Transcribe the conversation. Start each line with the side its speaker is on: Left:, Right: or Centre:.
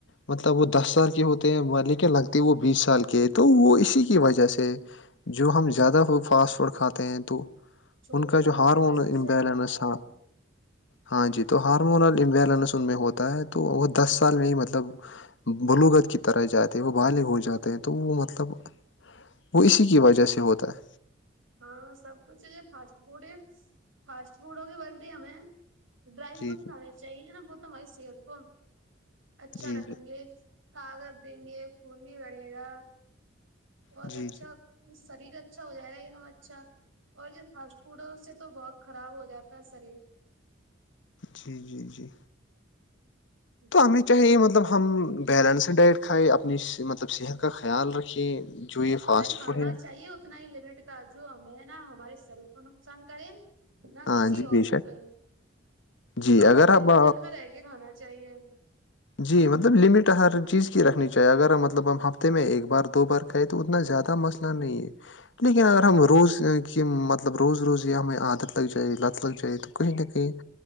Left: مطلب وہ دس سال کے ہوتے ہیں لیکن لگتے وہ بیس سال کے تو وہ اسی کی وجہ سے جو ہم زیادہ فاسٹ فوڈ کھاتے ہیں تو
Right: چھوٹے
Left: ان کا
Right: بچے
Left: جو ہارمون
Right: تو سب
Left: امبیلنس
Right: سے زیادہ کھا رہے
Left: ہاں
Right: ہیں
Left: ہاں جی تو ہارمونل امبیلنس ان میں ہوتا ہے تو وہ دس سال میں ہی مطلب بلوغت کی طرح جاتے ہیں وہ بالغ ہو جاتے ہیں تو وہ مطلب وہ اسی کی وجہ سے ہوتا ہے
Right: ہاں سب کچھ ہے یہ فاسٹ فوڈ فاسٹ فوڈ ہوگے بولدی ہمیں ڈرائی
Left: جی
Right: ف روٹی کھانی چاہیے نا ب تو ہماری صحت کو اچھا
Left: جی
Right: رکھیں
Left: جی
Right: گے کگادیںنے کندی گڑے گا اور
Left: جی
Right: اچھا
Left: جی جی
Right: شریر اچھا ہو جائے گا کہ نا اچھا اور یہ فاسٹ فوڈ سے تو بہت خراب ہو جاتا ہے شریر
Left: جی جی جی
Right: جی
Left: تو ہمیں چاہیے مطلب ہم بیلنس ڈائٹ کھائےیں اپنی مطلب صحت کا خیال رکھے جو یہ فاسٹ
Right: ہمیں کھانا
Left: فوڈ ہے
Right: چاہیے اتنا ہی لمٹ کا جو ہمیں نا ہمارے شریر کو نقصان کرے نہ
Left: ہاں
Right: کسی
Left: جی
Right: اور
Left: بے
Right: کو
Left: شک
Right: گ
Left: جی
Right: اور
Left: اگر
Right: اپنے
Left: آپ
Right: بجٹ میں رہ کے کھانا چاہیے
Left: جی مطلب لمٹ ہر چیز کی رکھنی چاہیے اگر مطلب ہم ہفتے میں ایک بار دو بار کہے تو اتنا زیادہ مسئلہ نہیں ہے لیکن اگر ہم روز کی مطلب روز روز یہ ہمیں عادت لگ جائے لت لگ جائے تو کہیں نہ کہیں ج